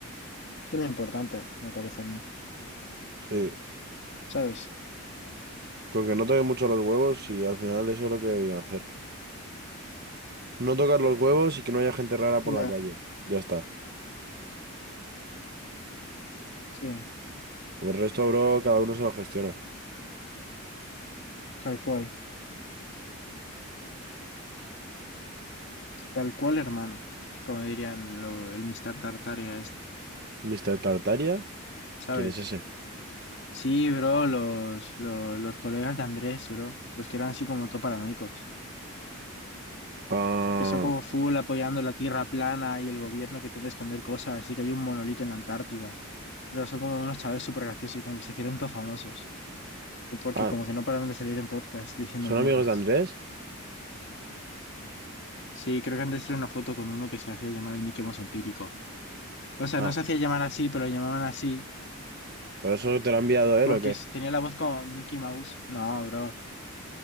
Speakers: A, on the left; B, on the right.
A: Eso es lo importante, me parece a mí.
B: Sí,
A: ¿Sabes?
B: con que no toquen mucho los huevos y al final eso es lo que deberían hacer. No tocar los huevos y que no haya gente rara por
A: Ya,
B: la calle. Ya está.
A: sí.
B: El resto, bro, cada uno se lo gestiona.
A: Tal cual. Tal cual, hermano. Como dirían lo, el Mr. Tartaria este.
B: ¿Mr. Tartaria?
A: ¿sabes?
B: ¿Quién es ese?
A: Sí, bro, los, los, los colegas de Andrés, bro, los que eran así como todo paranoicos,
B: Ah,
A: que son como full apoyando la tierra plana y el gobierno que intenta esconder cosas, así que hay un monolito en la Antártida, pero son como unos chavales súper graciosos, como que se hicieron todos famosos, porque
B: ah,
A: como que no paraban de salir en podcast diciendo
B: ¿son
A: mierdas.
B: amigos de Andrés?
A: Sí, creo que antes era una foto con uno que se hacía llamar el Mickey Mouse empírico. O sea,
B: Ah,
A: no se hacía llamar así, pero lo llamaban así,
B: ¿pero eso te lo ha enviado él
A: porque
B: o qué?
A: s- tenía la voz como Mickey Mouse. No, bro,